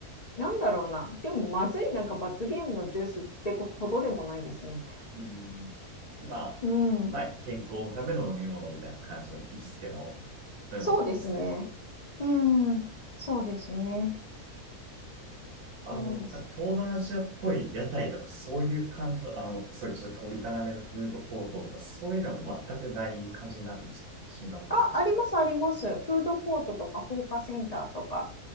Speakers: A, on the left; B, on the right.
A: なんだろうな。でも、まずいなんか罰ゲームのジュースってほどでもないですね。
B: うんまあ、
A: うん。
B: まあ、健康のための飲み物みたいな感じの位置づけの飲み物ってことですね。
A: そうですね。うん、そうですね。
B: あの、
A: そうですね。
B: だ東南アジアっぽい屋台とか、そういう感じの、あの、そういうちょっと小汚めのフードコートとか、そういうのも全くない感じになるんです。シンガポールって。
A: あ、あります、あります。フードコートとか放火センターとか。